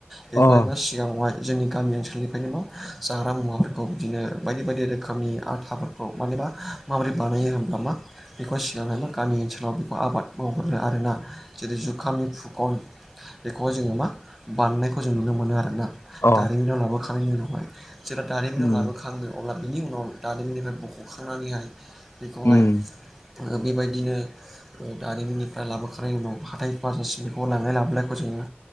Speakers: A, in the centre; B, on the left.
A: बेखौहाय
B: अ
A: मा सिगाङावहाय जोंनि गामि ओनसोलनिफ्रायनो मा जाग्रा मुवाफोरखौ बिदिनो बायदि बायदि रोखोमनि आथाफोरखौ मानेबा माबोरै बानायो होमब्ला मा बेखौहाय सिगांनो मा गामि ओनसोलाव बेखौ आबाद मावग्रो आरोना जेरै जुखामनि फुखन बेखौहा जोङो मा बानायनायखौ जों नुनो मोनो आरोना। दारिमिनाव
B: अ
A: लाबोखांनायनि उनावहाय जेब्ला दारिमिनाव
B: उम
A: लाबोखाङो। अब्ला बिनि उनाव दारिमिननिफ्राय बख'खांनानैहाय बेखौहाय
B: उम
A: बेबायदिनो दारिमिननिफ्राय लाबोखांनायनि उनाव हाथाय बाजारसिम बेखौ लांलाय लाबोलायखौ जोङो